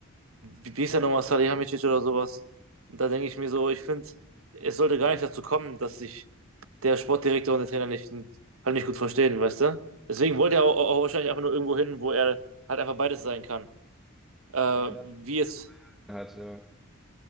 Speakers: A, on the right; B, in the centre.
A: wie wie hieß er nochmal, Salihamidzic oder sowas. Und da denke ich mir so, ich finde, es sollte gar nicht dazu kommen, dass sich der Sportdirektor und der Trainer nicht, halt nicht gut verstehen, weißt du? Deswegen wollte er auch, auch wahrscheinlich einfach nur irgendwo hin, wo er halt einfach beides sein kann. Äh,
B: ja das
A: wie jetzt,
B: hat, ja, Ja,